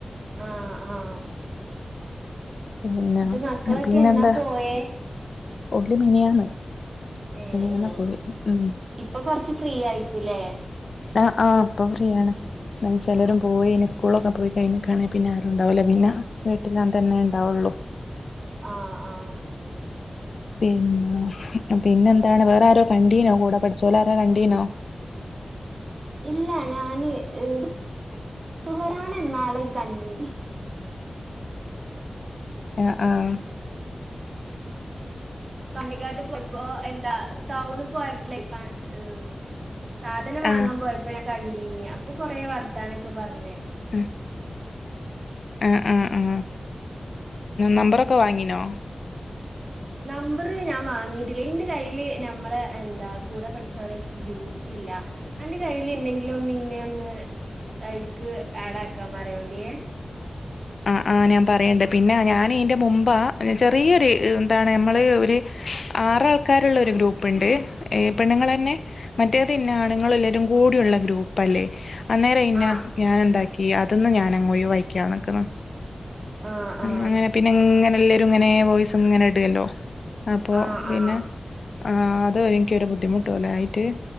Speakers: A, on the right (about 55°); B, on the left (about 70°).
A: ആഹ ആഹ്
B: പിന്നെ
A: ന്നിട്ട് മക്കളൊക്കെ
B: പിന്നെ
A: എന്നാ
B: എന്താ
A: പോയേ
B: ഓല് മിനിയാന്ന്
A: ഏഹ്
B: മിനിയാന്ന്
A: ഏഹ്
B: പോയി ഉം
A: ഇപ്പൊ കൊറച്ച് ഫ്രീ ആയിക്കൂല്ലേ?
B: ആഹ് ആഹ്പ്പൊ ഫ്രീയാണ് ന ചെലരും പോയി ഇനി സ്കൂളൊക്കെ പോയി കഴിഞ്ഞകാണെ പിന്നെ ആരുണ്ടാവൂില്ല പിന്നെ വീട്ടിലാ തന്നെ ഉണ്ടാവുള്ളു.
A: ആഹ ആഹ്
B: പിന്ന പിന്നെന്താണ് വേറെ ആരോ കണ്ടീനോ കൂടെ പഠിച്ചോല ആാരോ കണ്ടീനോ?
A: <inaudible> ഇല്ല ഞാന് ഹ് സുഹറാനെ ന്നാള് കണ്ടീ ഞ് ഹ്.
B: ആഹ ആഹ
A: പണ്ടിക്കാട്ട് പോയപ്പോ എന്താ ടൗണ് പോയ അല്ല ഏ പാഉം സാധനം
B: ആഹ്
A: വാങ്ങാൻ പോയപ്പോഴ കണ്ടീന് അപ്പൊ കൊറേ വർത്താനൊക്കെ പറഞ്.
B: ഉം ആ ആ ആ നമ്പറൊക്കെ വാങ്ങീനോ?
A: നമ്പര് ഞാൻ വാങ്ങീട്ടില്ല ഇന്റെ കയ്യില് നമ്മള എന്താ കൂടെ പഠിച്ചോരെ ഗ്രൂപ്പി ഇല്ല അന്റെ കയ്യ്ല് ഇണ്ടെങ്കിലൊന്ന് ഇന്നെ ഒന്ന് അയി--ക് ആഡാക്കാൻ പറയോണ്ടിയേ
B: ആ ആ ഞാൻ പറയണ്ട് പിന്നെ ഞാൻ ഈന്റ മുമ്പാ ചെറിയൊരു എന്താണ് നമ്മള് ഒര് ആറാൾക്കാര്ള്ളൊരു ഗ്രൂപ്പ് ഇണ്ട് പെണ്ണുങ്ങളെന്നെ മറ്റേത് ഇന്ന ആണുങ്ങള്ല്ലൊരു കൂ ടിയുള്ള ഗ്രൂപ്പ് അല്ലേ അന്നേരം ഇന്ന
A: ആഹ്
B: ഞാൻ എന്താക്കി അത് ന്ന് ഞാനങ്ങ് ഒഴിവാക്കിയാ നിക്കുന്നത്.
A: ആഹ് ആഹ്
B: അങ്ങനെ പിന്നെ ഇങ്ങനെല്ലരും ഇങ്ങനെ വോയിസ് ഇങ്ങനെ ഇടല്ലോ. അപ്പൊ
A: ആഹ്
B: പിന്നെ
A: ആഹ്
B: ആ അത് എനിക്കൊരു ബുദ്ധിമുട്ട് പോലെ ആയിട്ട്